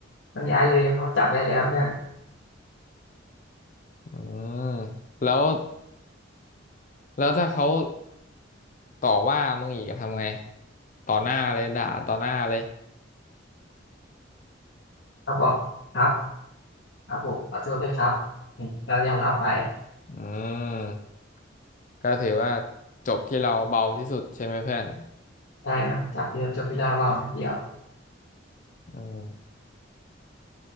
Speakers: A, on the left; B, on the left.
A: ต้องย้ายเลยเขาจับได้แล้วเพื่อน
B: อืมแล้วแล้วถ้าเขาต่อว่ามึงอีกทำไงต่อหน้าเลยด่าต่อหน้าเลย
A: เขาบอกครับ ครับผมขอโทษด้วยครับนี่เรายอมรับไป
B: อืม ก็ถือว่าจบที่เราเบาที่สุดใช่ไหมเพื่อน
A: ได้ครับจับเรียจบเวลาเบานิดเดียว
B: อืม